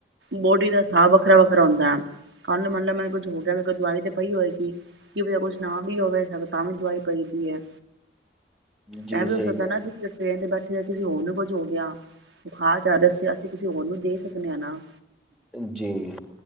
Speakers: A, on the right; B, in the centre.
A: ਬੋਡੀ ਦਾ ਹਿਸਾਬ ਵੱਖਰਾ ਵੱਖਰਾ ਹੁੰਦਾ ਹੈ ਕੱਲ ਮੰਨ ਲ ਮੈ ਕੁੱਝ ਹੋ ਗਿਆ ਮ ਕੋਈ ਦਵਾਈ ਤੇ ਪਈ ਹੋਵੇਗੀ ਕਿ ਬ ਕੁਛ ਨਾ ਵੀ ਹੋਵੇ ਤਾਂ ਵੀ ਦਵਾਈ ਪਈਦੀ ਹੈ
B: ਜੀ
A: ਮੈਂ ਵੀ
B: ਸਹੀ
A: ਹੋ ਸਕਦਾ ਨਾ ਜੇ ਟਰੇਨ ਤੇ ਬੈਠੇ ਜੇ ਕਿਸੇ ਹੋਰ ਨੂੰ ਕੁਝ ਹੋ ਗਿਆ ਬੁਖਾਰ ਚੜ ਗਿਆ ਕਿਸੇ ਹੋਰ ਨੂੰ ਦੇ ਸਕਦੇ ਹਾਂ ਨਾ
B: ਕਹਿ ਜੀ